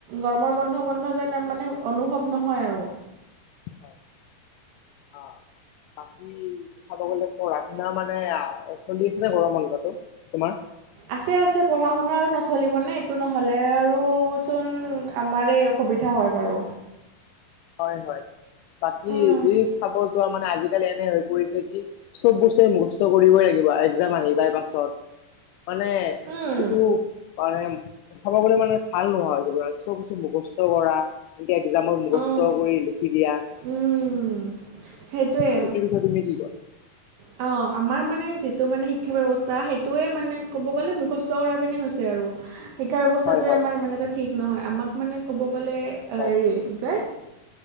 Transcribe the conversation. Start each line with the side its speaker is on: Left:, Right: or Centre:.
Right: গৰমৰ বন্ধ বন্ধ
Left: হয়
Right: যেন মানে, অনুভৱ নহয় আৰু
Left: হয়। অ বাকী চাব গলে, অ ৰান্ধনা মানে চলি আছিলে গৰম বন্ধটো তোমাৰ,
Right: আছে আছে পঢ়া শুনা আৰু নচলিবনে এইটো নহ'লে আৰু চোন। আমাৰেই অসুবিধা হয় বাৰু
Left: হয় হয় বাকী
Right: উম
Left: যি চাব যোৱা মানে আজিকালি এনে হৈ পৰিছে কি। চব বস্তুৱে মুখস্ত কৰিবই লাগিব এক্সজাম আহি পাই। বাছত মানে
Right: উম
Left: এইটো মানে, চাব গলে মানে ভাল নোহোৱা হয় চব বস্তু মুখস্থ কৰা যে এক্সজামৰ মুখস্থ
Right: অঁ
Left: কৰি লিখি দিয়া।
Right: উম সেইটোৱে
Left: সেইটো বিষয়ে তুমি কি কোৱা।
Right: অ আমাৰ মানে যিটো মানে শিক্ষা ব্যৱস্থা সেইটোৱে মানে ক'ব গ'লে মুখস্থ কৰা যেনেই হৈছে আৰু শিক্ষা ব্যৱস্থাটোৱে
Left: হয় হয়
Right: আমাৰ ইমান এটা ঠিক নহয় আমাক মানে ক'ব গ'লে সেই,
Left: হয়
Right: কি কয়